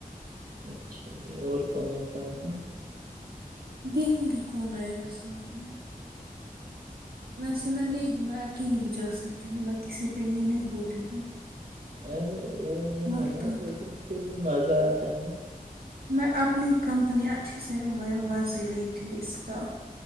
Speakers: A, on the right; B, on the right.
A: اچھا اور کون ہے صاح ہے
B: دیکھوں گی کون آئے گا سوات میں ویسے میں نہیں ہوں میں اکیلے بھی جا سکتی ہوں میں کسی پہ یہ نہیں ہوتی ہوں
A: ارے یہ نہیں
B: محتاط
A: ہے نا ب ک بھی مزاتا
B: میں اپنی کمپنی اچھے سے میں مزے لیتی ہوں اس کا